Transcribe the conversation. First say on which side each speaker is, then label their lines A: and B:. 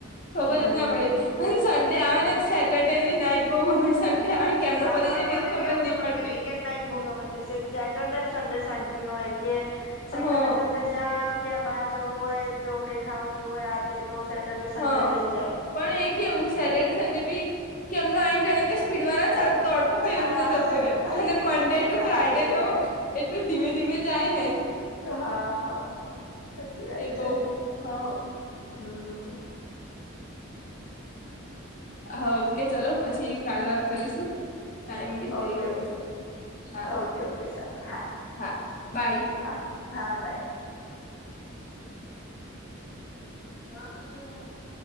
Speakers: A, on the left; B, on the left.
A: ખબર
B: હમ
A: જ ના પડે. જેમ સન્ડે આવેને, સેટરડે ની નાઈટ બહુ ગમે, સન્ડે આવે કેમનો
B: હા
A: પતી
B: બસ
A: જાય ને
B: મનેબી
A: એજ ખબર
B: એવું
A: નહી
B: છે, મનેબી
A: પડતી
B: વીકેન્ડ નાઈટ બહુ ગમે છે, સીક સેટરડે, સન્ડે શાંતિ હોય કે. સેટરડે,
A: હા
B: સંડે જ્યાં ક્યાં બહાર જવું હોય, તો કઈ ખાવું પીવું હોય, આતે તો સેટરડે, સન્ડે
A: હા
B: થઈ જાય.
A: પણ એ કેવું સેટરડે, સન્ડે ભી, કેમના આઈને જાણે કે સ્પીડમાં ના ચાલ દોડતો હોય
B: હા
A: એવિરીતને જતો
B: એવું
A: રેહ,
B: જ થાય
A: અને
B: એવું
A: મંડે
B: થાય
A: ટુ
B: ટાઈમ
A: ફ્રાયડે
B: નીકળી
A: તો
B: જાય
A: એતો ધીમે ધીમે જાય ને.
B: હા, સાચી વાત
A: એ
B: છે,
A: બઉ હા
B: હમ્મ
A: હા, ઓકે ચલો પછી કાલે વાત કરીશું, ટાઈમ બી થઈ
B: ઓકે
A: ગયો
B: ઓકે
A: છે. હા
B: ઓકે ઓકે સર હા,
A: હા બાય
B: હા, હા બાય. <unintelligible>